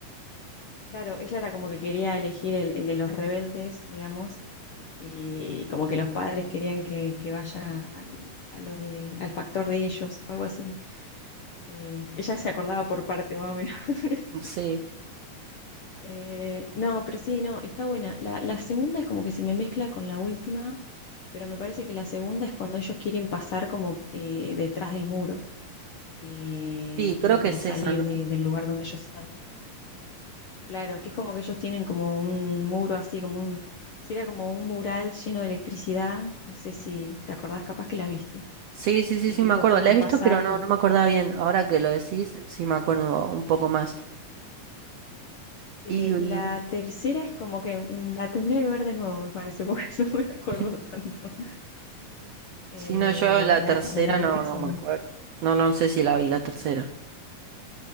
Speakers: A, on the left; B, on the right.
A: Claro, ella era como que quería elegir el, el de los rebeldes, digamos, y como que los padres querían que, que vaya al, a lo de, al factor de ellos, algo así. Eh, ella se acordaba por parte, más o menos. <laughs>
B: Sí,
A: Eh, no, pero sí, no, está buena. La, la segunda es como que se me mezcla con la última, pero me parece que la segunda es cuando ellos quieren pasar como eh, detrás del muro, eh,
B: sí,
A: quieren
B: creo
A: como
B: que es
A: salir
B: esa, ¿no?
A: de- del lugar donde ellos están. Claro, que es como que ellos tienen como un muro así, como un, sería como un mural lleno de electricidad, no sé si te acordás, capaz que la viste,
B: Sí, sí, sí,
A: y
B: sí,
A: tipo
B: me acuerdo.
A: quieren
B: La he visto,
A: pasar
B: pero no,
A: y
B: no me acordaba
A: están-
B: bien. Ahora que lo decís, sí me acuerdo un poco más.
A: Eh,
B: Y, y-
A: la tercera es como que mm, la tendría que ver de nuevo, me parece, porque <laughs> no me acuerdo
B: <laughs>
A: tanto. Eh,
B: si no, yo la
A: la,
B: tercera
A: de la primera
B: no, no
A: sí.
B: me acuerdo. No, no sé si la vi la tercera.